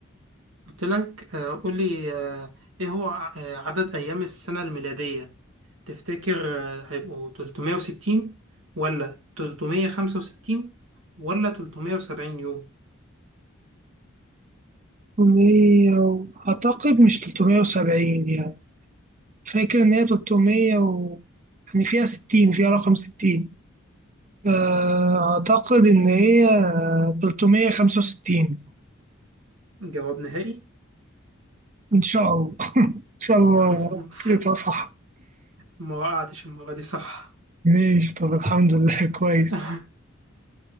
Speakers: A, on the right; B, on the right.
A: قلت لك آه قولي آه إيه هو ع- آه عدد أيام السنة الميلادية تفتكر آه هيبقوا 360 ولا 365 ولا 370 يوم
B: مية و- أعتقد مش 370 يعني فاكر إن هي 300 و يعني فيها 60 فيها رقم 60 آه، أعتقد إن هي 365
A: جواب نهائي
B: إن شاء الله <laughs> إن شاء الله
A: <laughs>
B: يبقى صح
A: ما وقعتش المرة دي صح
B: ماشي طب الحمد لله <laughs> كويس
A: <laughs>